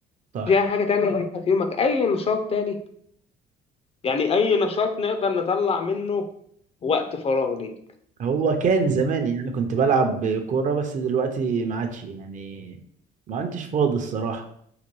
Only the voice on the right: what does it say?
صح
هو كان زمان يعني كنت بلعب كورة بس دلوقتي ما عادش يعني ما عدتش فاضي الصراحة